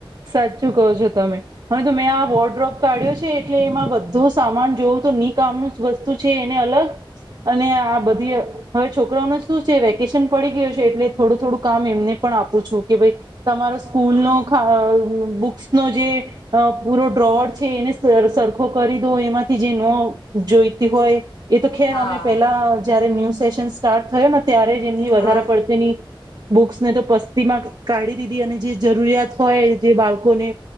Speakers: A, on the right; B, on the left.
A: સાચું કહો છો તમે હવે તો મેં આ વોટડ્રોપ કાઢ્યો છે એટલે એમાં બધો સામાન જોઉં તો ની કામનું જ વસ્તુ છે એને અલગ અને આ બધી હવે છોકરાઓને શું છે વેકેશન પડી ગયું છે એટલે થોડું થોડું કામ એમને પણ આપું છું કે ભાઈ તમારો સ્કૂલનો
B: હા
A: ખા બુક્સનો જે અ પૂરો ડ્રોવર છે એને સરખો કરી દો એમાંથી જે ન જોઈતી હોય એ તો ખેર
B: હા
A: અમે પેલા જયારે ન્યૂ સેશન સ્ટાર્ટ થયો ને ત્યારે જ એમની વધારે
B: હા
A: પડતીની બુક્સને તો પસ્તીમાં કાઢી દીધી અને જે જરૂરિયાત હોય જે બાળકોને